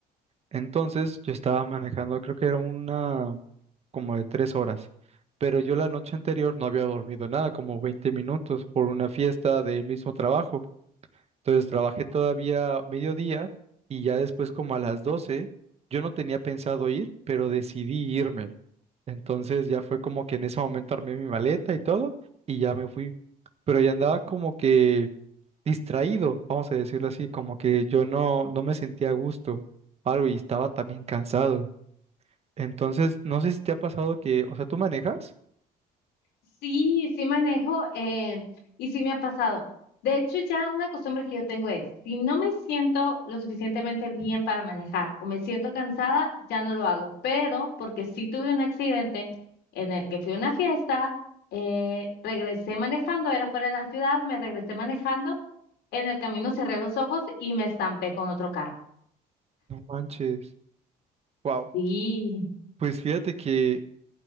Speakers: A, on the right (about 40°); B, on the left (about 85°).
A: Entonces yo estaba manejando, creo que era una como de tres horas, pero yo la noche anterior no había dormido nada, como 20 minutos por una fiesta del mismo trabajo. Entonces trabajé todavía mediodía y ya después como a las 12 yo no tenía pensado ir, pero decidí irme. Entonces ya fue como que en ese momento armé mi maleta y todo y ya me fui. Pero ya andaba como que distraído, vamos a decirlo así, como que yo no, no me sentía a gusto, algo y estaba también cansado. Entonces, no sé si te ha pasado que, o sea, tú manejas.
B: Sí, sí manejo eh, y sí me ha pasado. De hecho, ya una costumbre que yo tengo es, si no me siento lo suficientemente bien para manejar o me siento cansada, ya no lo hago. Pero porque sí tuve un accidente en el que fui a una fiesta, eh, regresé manejando, era fuera de la ciudad, me regresé manejando, en el camino cerré los ojos y me estampé con otro carro.
A: No manches. Wow.
B: Sí,
A: Pues fíjate que